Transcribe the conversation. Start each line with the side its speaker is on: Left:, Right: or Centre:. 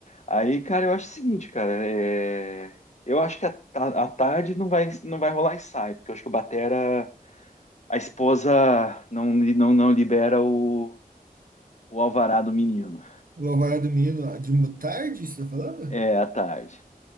Left: Aí, cara, eu acho o seguinte, cara, é... eu acho que a, a, a tarde não vai, não vai rolar ensaio, porque eu acho que o Batera, a esposa não, li- não, não libera o, o alvará do menino.
Right: O Alvará do Menino de uma tarde, você tá falando?
Left: É, à tarde.